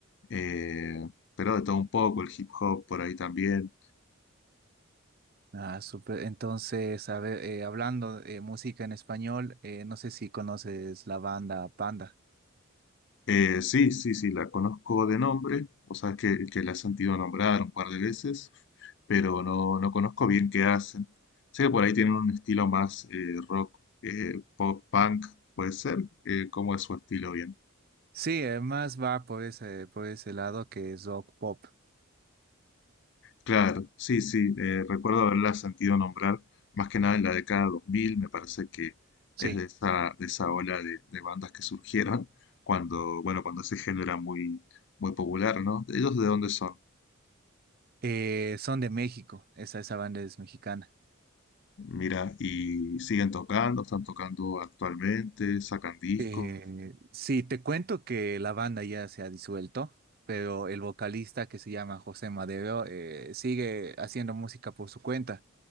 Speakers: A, on the left; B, on the right.
A: eh, pero de todo un poco, el hip hop por ahí también.
B: Ah, súper. Entonces, a ver, eh, hablando de música en español, eh, no sé si conoces la banda Panda.
A: Eh, sí, sí, sí, la conozco de nombre, o sea, que, que la he sentido nombrar un par de veces, pero no, no conozco bien qué hacen. Sé que por ahí tienen un estilo más eh, rock, eh, pop punk, puede ser, eh, ¿cómo es su estilo bien?
B: Sí, eh, más va por ese, por ese lado que es rock pop.
A: Claro, sí, sí, eh, recuerdo haberla sentido nombrar, más que nada en la década 2000. me parece que
B: Sí,
A: es de esa, de esa ola de, de bandas que surgieron cuando, bueno, cuando ese género era muy, muy popular, ¿no? ¿Ellos de dónde son?
B: Eh, son de México, esa, esa banda es mexicana.
A: Mira, y siguen tocando, están tocando actualmente, sacan discos.
B: Eh, sí, te cuento que la banda ya se ha disuelto, pero el vocalista que se llama José Madero eh, sigue haciendo música por su cuenta,